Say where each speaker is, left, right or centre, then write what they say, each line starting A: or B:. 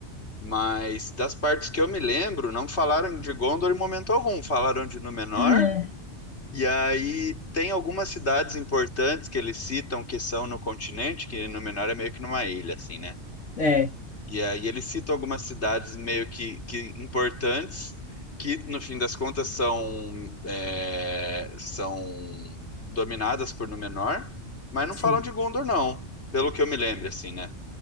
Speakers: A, on the left; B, on the left.
A: Mas das partes que eu me lembro, não falaram de Gondor em momento algum. Falaram de Númenor,
B: É,
A: E aí tem algumas cidades importantes que eles citam que são no continente, que Númenor é meio que numa ilha, assim, né?
B: é,
A: E aí eles citam algumas cidades meio que, que importantes, que no fim das contas são, é, são dominadas por Númenor, mas não
B: sim.
A: falam de Gondor, não, pelo que eu me lembro, assim, né?